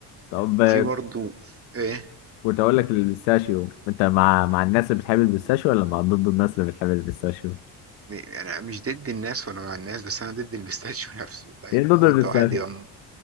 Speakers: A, on the left; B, on the right.
A: طب
B: وفي
A: آه،
B: برضو ايه
A: كنت اقول لك البيستاشيو انت مع مع الناس اللي بتحب البيستاشيو ولا مع ضد الناس اللي بتحب البيستاشيو
B: م- انا مش ضد الناس ولا مع الناس بس انا ضد البيستاشيو <laughs> نفسه فاهم
A: ايه ضد
B: لو
A: البيستاشيو
B: انت واحد يبقى م-